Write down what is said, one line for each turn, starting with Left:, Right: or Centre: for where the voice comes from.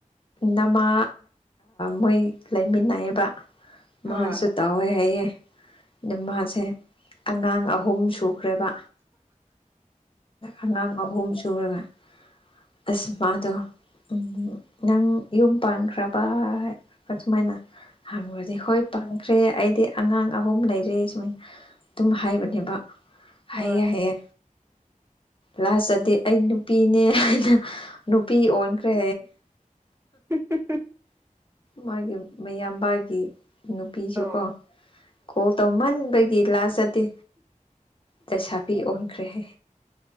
Left: ꯅꯃꯥ ꯃꯣꯏ ꯂꯩꯃꯤꯟꯅꯩꯑꯕ ꯃꯥꯁꯨ
Right: ꯍꯣꯏ
Left: ꯇꯥꯎꯋꯦ ꯍꯥꯏꯩꯌꯦꯦ ꯑ ꯃꯥꯁꯦ ꯑꯉꯥꯡ ꯑꯍꯨꯝ ꯁꯨꯈ꯭ꯔꯦꯕ ꯑꯉꯥꯡ ꯑꯍꯨꯝ ꯁꯨꯔꯒ ꯑꯁ ꯃꯥꯗꯣ ꯎ ꯅꯪ ꯌꯨꯝ ꯄꯥꯟꯈ꯭ꯔꯕ ꯍꯥꯏ ꯁꯨꯃꯥꯏꯅ ꯍꯥꯡꯕꯁꯦ ꯍꯣꯏ ꯄꯪꯈ꯭ꯔꯦ ꯑꯩꯗꯤ ꯑꯉꯥꯡ ꯑꯍꯨꯝ ꯂꯩꯔꯦ ꯁꯨꯃꯥꯏꯅ ꯑꯗꯨꯝ ꯍꯥꯏꯕꯅꯦꯕ ꯍꯥꯏꯌꯦ
Right: ꯍꯣꯏ
Left: ꯍꯥꯏꯌꯦ ꯂꯥꯁꯇꯗꯤ ꯑꯩ ꯅꯨꯄꯤꯅꯦ ꯑꯩꯅ ꯅꯨꯄꯤ ꯑꯣꯟ ꯐꯦ
Right: ꯎ
Left: ꯃꯥꯒꯤ ꯃꯌꯥꯝꯕꯥꯒꯤ ꯅꯨꯄꯤꯁꯨ
Right: ꯑꯣ
Left: ꯀꯣ ꯀꯣꯜ ꯇꯧꯃꯟꯕꯒꯤ ꯂꯥ ꯆꯠꯇꯦ ꯂꯩꯁꯥꯕꯤ ꯑꯣꯟꯈ꯭ꯔꯦꯍꯦ